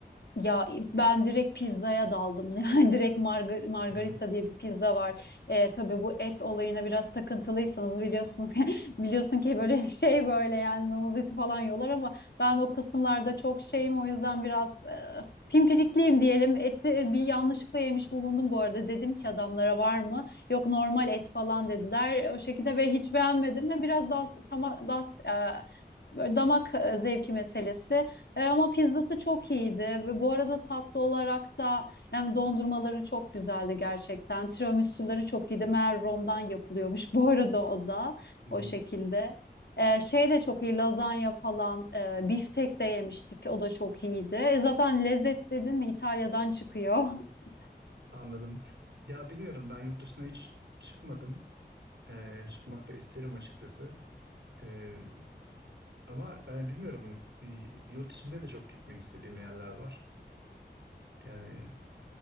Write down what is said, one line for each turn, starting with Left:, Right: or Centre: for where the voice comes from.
Left: Ya ben direkt pizzaya daldım. <laughs> Yani direkt marga- margarita
Right: Hmm,
Left: diye bir pizza var. Ee, tabii bu et olayına biraz takıntılıysanız biliyorsunuz <laughs> biliyorsun ki böyle <laughs> şey böyle yani domuz eti falan yiyorlar ama ben o kısımlarda çok şeyim o yüzden biraz e, pimpirikliyim diyelim. Eti bir yanlışlıkla yemiş bulundum bu arada. Dedim ki adamlara var mı? Yok normal et falan dediler. O şekilde ve hiç beğenmedim ve biraz daha tamam daha e, böyle damak e, zevki meselesi. E, ama pizzası çok iyiydi ve bu arada tatlı olarak da yani dondurmaları çok güzeldi gerçekten. Tiramisu'ları çok iyiydi. Meğer Rom'dan yapılıyormuş <laughs> bu arada o da
Right: mhm.
Left: o şekilde. E, şey de çok iyi lazanya falan e, biftek de yemiştik o da çok iyiydi. E, zaten lezzet dedin mi İtalya'dan çıkıyor. <laughs>
Right: Anladım. Ya bilmiyorum ben yurt dışına hiç çıkmadım. Eee, çıkmak da isterim açıkçası. Eee, ama yani bilmiyorum bir yurt dışında da çok gitmek istediğim yerler var. Yani